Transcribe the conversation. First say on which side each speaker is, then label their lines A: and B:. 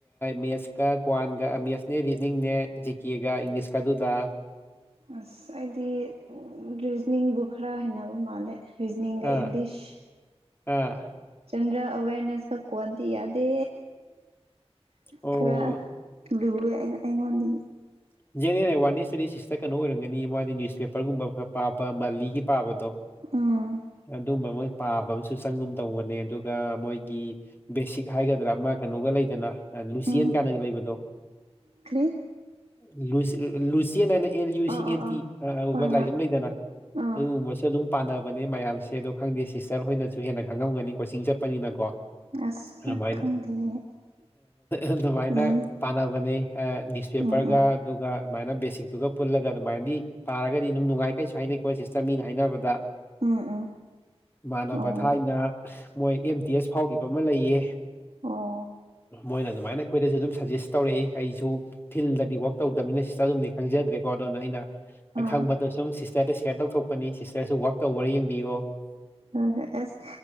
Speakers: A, on the left (about 20°); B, on the right (about 70°).
A: ꯃꯦꯠꯁꯀ ꯀ꯭ꯋꯥꯟꯒ ꯃꯦꯠꯁ ꯅꯦ ꯔꯤꯗꯤꯡꯅꯦ ꯖꯤꯀꯦꯒ ꯏꯪꯂꯤꯁꯀ ꯑꯗꯨꯗ
B: ꯑꯁ ꯑꯩꯗꯤ ꯔꯤꯖꯅꯤꯡꯕꯨ ꯈꯔ ꯍꯩꯅꯕ ꯃꯥꯜꯂꯦ ꯔꯤꯖꯅꯤꯡꯒ
A: ꯑꯥ
B: ꯏꯪꯂꯤꯁ
A: ꯑꯥ
B: ꯆꯟꯗꯔꯦꯜ ꯑꯋꯦꯔꯅꯦꯁꯒ ꯀꯣꯟꯗꯤ ꯌꯥꯗꯦ
A: ꯑꯣ
B: ꯈꯔ ꯂꯨꯋꯦ ꯑꯩ ꯑꯩꯉꯣꯟꯗꯒꯤ
A: <inaudible> ꯖꯦꯅꯔꯦꯜ ꯑꯦꯋꯥꯔꯅꯦꯁ ꯁꯤꯁꯇꯔ ꯀꯩꯅꯣ ꯑꯣꯏꯔꯝꯒꯅꯤ ꯃꯥꯗꯤ ꯅ꯭ꯌꯨꯁꯄꯦꯄꯔꯒꯨꯝꯕ ꯈꯔ ꯄꯥꯕ ꯃꯟꯂꯤꯒꯤ ꯄꯥꯕꯗꯣ
B: ꯎꯝ
A: ꯑꯗꯨꯝꯕ ꯃꯣꯏ ꯄꯥꯕ ꯑꯃꯁꯨ ꯆꯪꯒꯨꯝ ꯇꯧꯕꯅꯦ ꯑꯗꯨꯒ ꯃꯣꯏꯒꯤ ꯕꯦꯁꯤꯛ ꯍꯥꯏꯒꯗ꯭ꯔꯥ ꯑꯃ ꯀꯩꯅꯣꯒ ꯂꯩꯗꯅ ꯂꯨꯆꯦꯟ
B: ꯎꯝ
A: ꯀꯥꯟꯅꯒ ꯂꯩꯕꯗꯣ
B: ꯀꯔꯤ
A: ꯂꯨꯁ ꯂꯨꯆꯦꯟꯑꯅ ꯑꯦꯜ ꯌꯨ
B: ꯑꯥ
A: ꯁꯤ ꯑꯦꯟ
B: ꯑꯥ
A: ꯇꯤ
B: ꯑꯥ
A: <unintelligible>
B: ꯍꯣꯏ
A: ꯂꯥꯏꯔꯤꯛ
B: ꯍꯣꯏ
A: ꯑꯃ ꯂꯩꯗꯅ
B: ꯑꯥ
A: ꯑꯗꯨꯒꯨꯝꯕꯁꯨ ꯑꯗꯨꯝ ꯄꯥꯟꯅꯕꯅꯦ ꯃꯌꯥꯝꯁꯦ ꯑꯗꯣ ꯈꯪꯗꯦ ꯁꯤꯁꯇꯔ ꯍꯣꯏꯅꯁꯨ ꯍꯦꯟꯅ ꯈꯪꯉꯝꯒꯅꯤ ꯀꯣꯆꯤꯡ ꯆꯠꯄꯅꯤꯅꯀꯣ
B: ꯑꯁ
A: ꯑꯔꯃꯥꯏꯅ
B: ꯈꯪꯗꯦ
A: ꯑꯗꯨꯃꯥꯏꯅ
B: ꯎꯝ
A: ꯄꯥꯟꯅꯕꯅꯦ ꯑ ꯅꯤꯁꯄꯦꯄꯔꯒ
B: ꯎꯝ ꯎꯝ
A: ꯑꯗꯨꯒ ꯑꯗꯨꯃꯥꯏꯅ ꯕꯦꯁꯤꯛꯇꯨꯒ ꯄꯨꯜꯂꯒ ꯑꯗꯨꯃꯥꯏꯗꯤ ꯄꯥꯔꯒꯗꯤ ꯑꯗꯨꯝ ꯅꯨꯡꯉꯥꯏ ꯀꯩꯁꯨ ꯍꯥꯏꯅꯩꯀꯣ ꯁꯤꯁꯇꯔ ꯃꯤꯅ ꯍꯥꯏꯅꯕꯗ
B: ꯎꯝ ꯎꯝ
A: ꯏꯃꯥꯟꯅꯕ
B: ꯑꯣ
A: ꯊꯥꯏꯅ ꯃꯣꯏ ꯑꯦꯝ ꯇꯤ ꯑꯦꯁ ꯐꯥꯎꯈꯤꯕ ꯑꯃ ꯂꯩꯌꯦ
B: ꯑꯣ
A: ꯃꯣꯏꯅ ꯑꯗꯨꯃꯥꯏꯅ ꯑꯩꯈꯣꯏꯗꯁꯨ ꯑꯗꯨꯝ ꯁꯖꯦꯁ ꯇꯧꯔꯛꯏ ꯑꯩꯁꯨ ꯐꯤꯜꯗꯗꯤ ꯋꯥꯛ ꯇꯧꯗꯕꯅꯤꯅ ꯁꯤꯁꯇꯔ ꯑꯗꯨꯝ ꯃꯗꯤ ꯈꯪꯖꯗ꯭ꯔꯦꯀꯣ ꯑꯗꯨꯅ ꯑꯩꯅ
B: ꯑꯥ
A: ꯑꯈꯪꯕꯗꯣ ꯁꯨꯝ ꯁꯤꯁꯇꯔꯗ ꯁꯤꯌꯔ ꯇꯧꯊꯣꯛꯄꯅꯤ ꯁꯤꯁꯇꯔꯁꯨ ꯋꯔꯥꯛ ꯇꯧꯕꯔ ꯌꯦꯡꯕꯤꯌꯣ
B: ꯍꯣꯏ ꯍꯣꯏ ꯑꯁ